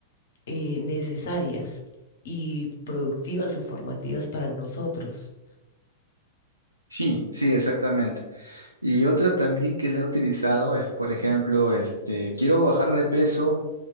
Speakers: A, on the left (about 60°); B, on the right (about 80°).
A: eh, necesarias y productivas o formativas para nosotros.
B: Sí, sí, exactamente. Y otra también que la he utilizado es, por ejemplo, este, quiero bajar de peso,